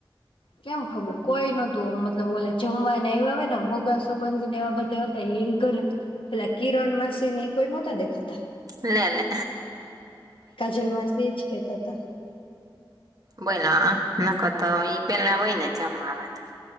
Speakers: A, on the left (about 80°); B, on the right (about 45°).
A: કેમ ખબર, કોઈ નતું મતલબ ઓલે જમવા ને આયવાં હોય ને આમ હગાસ સંબંધી ને એવા બધાય હતા, એન ઘરના, પેલા કિરણ માસીને ઈ કોઈ નહોતા દેખાતા.
B: લે-લે.
A: કાજલમાસી ઈ જ કેતા તા.
B: બોલો આ નકર તો ઈ પેલા હોય ને જ <unintelligible>